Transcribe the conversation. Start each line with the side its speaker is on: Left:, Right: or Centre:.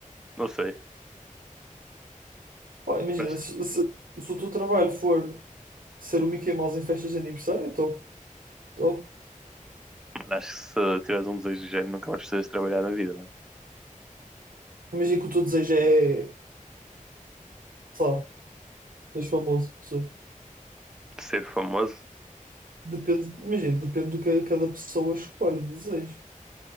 Centre: Não sei,
Right: pá, imagina,
Centre: mas
Right: se, se, se o teu trabalho for ser o Mickey Mouse em festas de aniversário, então estou.
Centre: Mano, acho que se tiveres um desejo do género, nunca mais precisas trabalhar na vida, mano.
Right: Imagina que o teu desejo é, sei lá, ser famoso, não sei.
Centre: Ser famoso,
Right: Depende, imagina, depende do que cada pessoa escolhe, desejo.